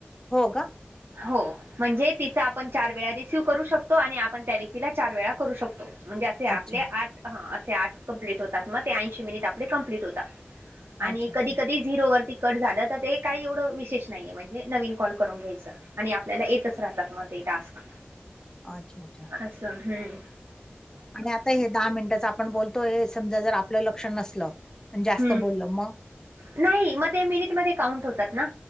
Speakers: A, on the left; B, on the right.
A: हो का
B: हो म्हणजे तिचा आपण चार वेळा रिसिव करू शकतो आणि आपण त्या व्यक्तीला चार वेळा करू शकतो म्हणजे असे
A: अच्छा,
B: आपले आठ ह असे आठ कंप्लीट होतात मग ते ऐंशी मिनिट आपले कमप्लीट होता आणि
A: अच्छा, अच्छा,
B: कधी, कधी झिरोवररती कट झालं तर ते काही एवढं विशेष नाहीये म्हणजे नवीन कॉल करून घ्यायचं आणि आपल्याला येतच राहतात मग ते टास्क
A: अच्छा, अच्छा
B: असं हम
A: आणि आता हे दहा मिनिटाच आपण बोलतो हे समजा जर आपलं लक्ष नसलं अन जास्त
B: हम्म
A: बोललं मग
B: नाही मग ते मिनिटमध्ये काउंट होतात ना